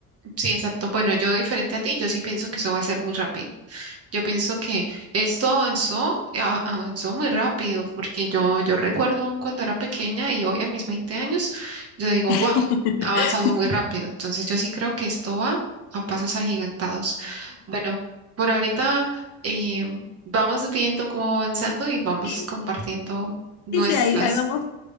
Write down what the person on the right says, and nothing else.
sí, exacto. Bueno, yo diferente a ti, yo sí pienso que eso va a ser muy rápido. Yo pienso que esto avanzó, a- avanzó muy rápido, porque yo, yo recuerdo aún cuando era pequeña y hoy a mis 20 años, yo digo,
wow, ha avanzado muy rápido. Entonces yo sí creo que esto va a pasos agigantados. Bueno, por ahorita eh, vamos viendo cómo va avanzando y vamos
compartiendo
nuestras,